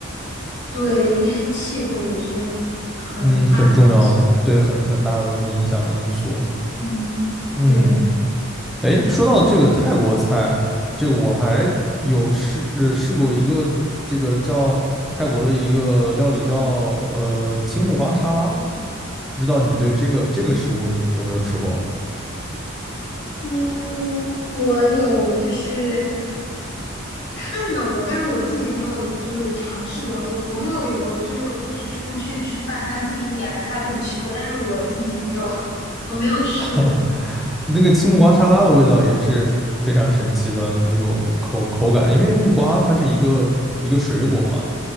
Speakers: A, on the left (about 55°); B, in the centre.
A: 对，应该气候也是很大影响。
B: 嗯，很重要，对，很很大的那种影响的因素。
A: 嗯，
B: 嗯。
A: 对，
B: 哎，说到这个泰国菜，这个我还有吃呃试过一个这个叫泰国的一个料理叫呃青木瓜沙拉，不知道你对这个这个食物你有没有吃过？
A: 嗯，我有就是看到过，但是我自己没有就是尝试过。我朋友有，就是我们一起出去吃饭，他自己点了，他自己吃过，但是我自己没有，<laughs> 我没有试过。
B: <laughs> 那个青木瓜沙拉的味道也是非常神奇的那种口口感，因为木瓜它是一个一个水果嘛，